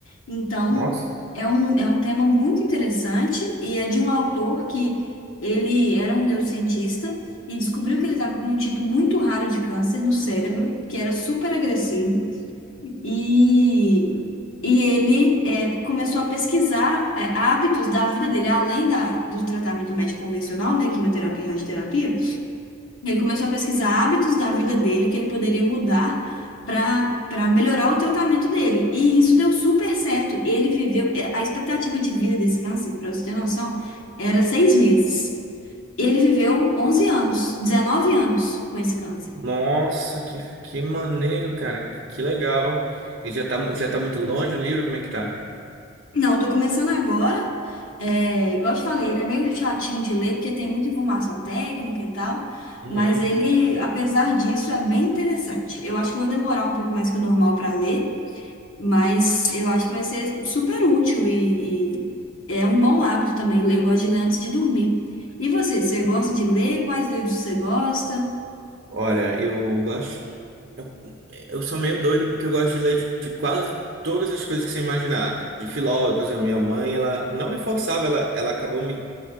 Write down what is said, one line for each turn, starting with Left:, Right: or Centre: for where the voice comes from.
Left: Então,
Right: Nossa.
Left: é um, é um tema muito interessante e é de um autor que ele era um neurocientista e descobriu que ele estava com um tipo muito raro de câncer no cérebro, que era super agressivo. E, e ele é, começou a pesquisar é, hábitos da vida dele, além da, do tratamento médico convencional, né, quimioterapia e radioterapia. Ele começou a pesquisar hábitos da vida dele que ele poderia mudar para para melhorar o tratamento dele. E isso deu super certo. Ele viveu, é, a expectativa de vida desse câncer, para você ter noção, era seis meses. Ele viveu 11 anos, 19 anos com esse câncer.
Right: Nossa, que, que maneiro, cara. Que, que legal. Ele já tá, mu- já tá muito longe o livro? Como é que tá?
Left: Não, eu tô começando agora. É, igual eu te falei, ele é meio chatinho de ler, porque tem muita informação técnica e tal,
Right: Uhum.
Left: mas ele, apesar disso, é bem interessante. Eu acho que eu vou demorar um pouco mais que o normal para ler, mas eu acho que vai ser super útil e, e é um bom hábito também. Eu gosto de ler antes de dormir. E você, você gosta
Right: Uhum.
Left: de ler? Quais livros você gosta?
Right: Olha, eu gosto. Eu, eu sou meio doido porque eu gosto de ler de, de quase todas as coisas que você imaginar. De filósofos, a minha mãe, ela não me forçava, ela, ela acabou me.